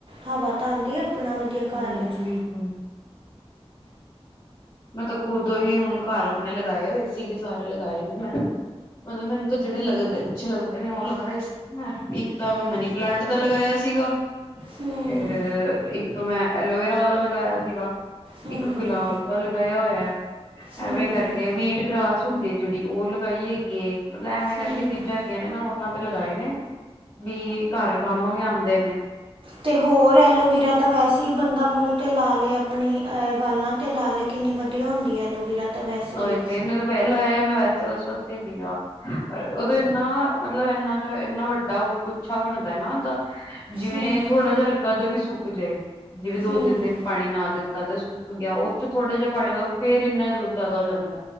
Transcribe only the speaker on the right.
ਹਵਾ ਤਾਂ ਆਂਦੀ ਏ ਆਪਣਾ
ਘਰ ਵਿੱਚ
ਹੂੰ
ਹੂੰ
ਹੂੰ
ਹੂੰ
ਤੇ ਹੋਰ ਐਲੋਵੀਰਾ ਤਾਂ ਵੈਸੇ ਈ ਬੰਦਾ ਮੂੰ ਤੇ ਲਾ ਲਏ ਆਪਣੇ ਵਾਲਾਂ 'ਤੇ ਲਾ ਲਏ। ਕਿੰਨੀ ਵਧੀਆ ਹੁੰਦੀ ਏ ਐਲੋਵੀਰਾ ਤਾਂ ਵੈਸੇ
ਵੀ
ਹੂੰ
ਹੂੰ